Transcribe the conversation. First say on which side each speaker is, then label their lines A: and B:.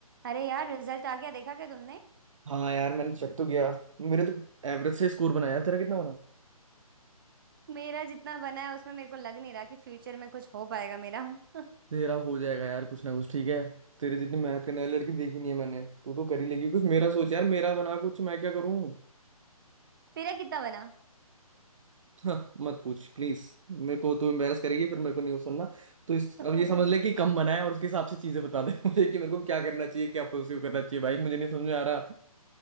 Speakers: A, on the right (about 35°); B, on the right (about 55°).
A: अरे यार रिजल्ट आ गया देखा क्या तुमने
B: हाँ यार मैंने चेक तो किया मेरे तो एवरेज से स्कोर बनाया तेरा कितना बना
A: मेरा जितना बना है उसमें मेरे को लग नहीं रहा कि फ्यूचर में कुछ हो पाएगा मेरा <laughs>
B: तेरा हो जाएगा यार कुछ ना कुछ ठीक है तेरे जितनी मेहनत करने वाली लड़की देखी नहीं है मैंने तू तो कर ही लेगी कुछ मेरा सोच यार मेरा बना कुछ मैं क्या करूँ
A: तेरा कितना बना
B: हाँ, मत पूछ प्लीज मेरे को तो एम्बेरस करेगी फिर मेरे को नहीं सुनना तो इस
A: <laughs>
B: अब ये समझ ले कि कम बनाए और उसके हिसाब से चीजें बता दे <laughs> मुझे कि मेरे को क्या करना चाहिए क्या प्रोसीव करना चाहिए भाई मुझे नहीं समझ में आ रहा